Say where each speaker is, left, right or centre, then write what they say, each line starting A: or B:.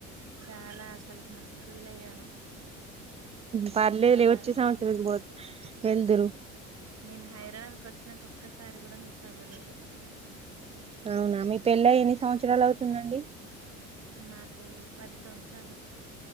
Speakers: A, on the right (about 35°); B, on the right (about 15°).
A: చాలా అసలు మస్తు ఫీల్ అయ్యాను <inaudible>
B: పర్లేదు
A: చాలా
B: లే
A: బాధపడ్డాను
B: వచ్చే సంవత్సరం వెల్ వెల్దురు
A: నేను హైదరాబాద్ కు వచ్చినంక ఒక్కసారి కూడ మిస్ అవ్వలేదు
B: అవునా మీ పెళ్లై ఎన్ని సంవత్సరాలు అవుతుందండి
A: నాకూ పది సంవత్సరాలు